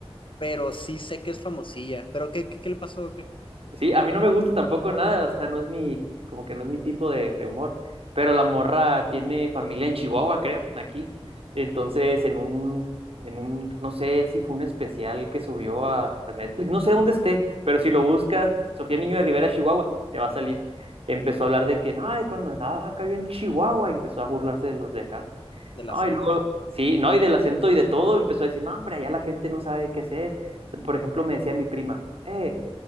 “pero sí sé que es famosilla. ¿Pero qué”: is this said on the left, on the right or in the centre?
Left